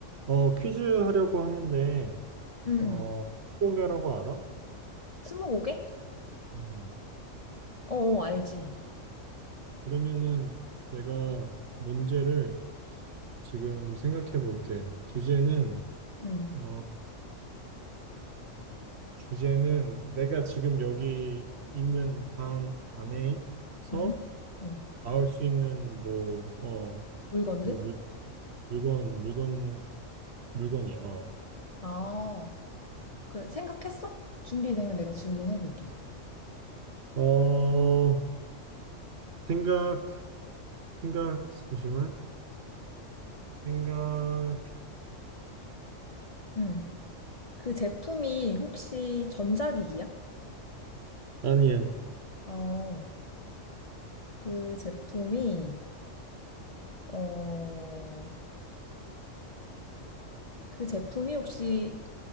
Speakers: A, on the right; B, on the left.
A: 어, 퀴즈 하려고 하는데,
B: 응,
A: 어,
B: 응.
A: 스무고개라고 알아?
B: 스무고개?
A: 음,
B: 어, 어, 알지.
A: 그러면은 내가 문제를 지금 생각해 볼게. 주제는,
B: 응,
A: 어, 주제는 내가 지금 여기 있는 방 안에서
B: 응. 어,
A: 나올 수 있는 뭐, 어,
B: 물건들?
A: 뭐 물, 물건, 물건, 물건이야. 어,
B: 아, 그래. 생각했어? 준비되면 내가 질문해볼게.
A: 어, 생각, 생각, 잠시만. 생각했어.
B: 응. 그 제품이 혹시 전자기기야?
A: 아니야.
B: 어, 그 제품이, 어, 그 제품이 혹시